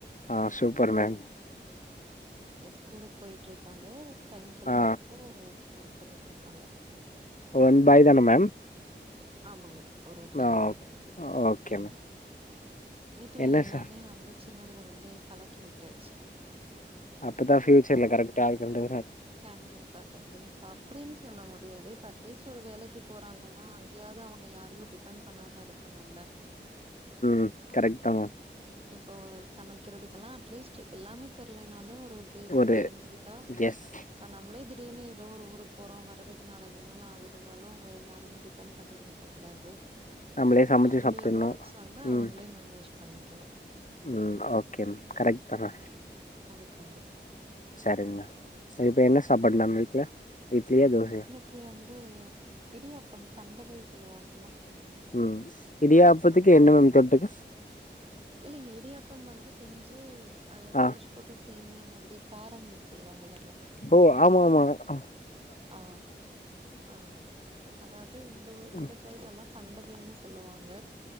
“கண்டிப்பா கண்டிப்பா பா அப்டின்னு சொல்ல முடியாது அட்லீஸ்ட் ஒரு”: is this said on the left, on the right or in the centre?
Right